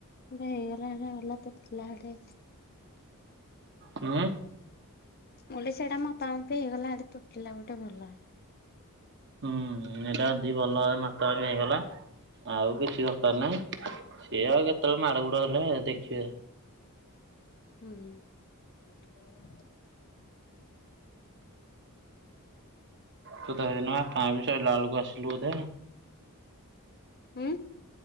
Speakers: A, on the left; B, on the right.
A: ହେଇଗଲା ହେଲା <unintelligible>
B: ହୁଁ।
A: ମୁ ସେଟା ମୋପା ମପି ହେଇଗଲା ସେଟେ ତୁଟିଲା ଗୋଟେ ଭଲ ହେଲା।
B: ହୁଁ ଏଇଟା ଦି ଭଲ ଭ ମାତା ହେଇଗଲା। ଆଉ କିଛି ଦରକାର ନାହିଁ ଇଏ ଆଉ କେତେବେଳେ ମାଡ ଗୋଡ ହେଲେ ଦେଖିବା।
A: ହୁଁ। <inaudible>
B: ତୁ ତଇ କାଁ ବି ସ ଲାଳକୁ ଆସିଲୁ ବୋଧେ?
A: ହୁଁ।